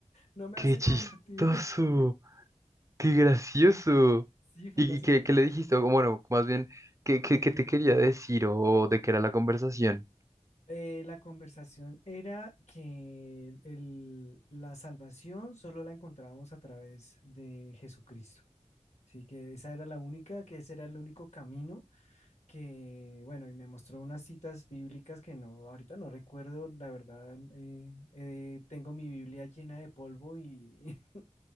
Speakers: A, on the left (about 65°); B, on the right (about 25°).
A: no me
B: qué
A: vas a
B: chistoso,
A: convertir, <laughs>
B: qué gracioso.
A: sí, fue
B: ¿Y,
A: una situación.
B: y qué, qué le dijiste? O bueno, más bien, ¿qué, qué, qué te quería decir o de qué era la conversación?
A: Eh, la conversación era que el- el- la salvación solo la encontrábamos a través de Jesucristo. Así que esa era la única, que ese era el único camino que, bueno, y me mostró unas citas bíblicas que no, ahorita no recuerdo, la verdad, eh, eh, tengo mi Biblia llena de polvo y, <laughs>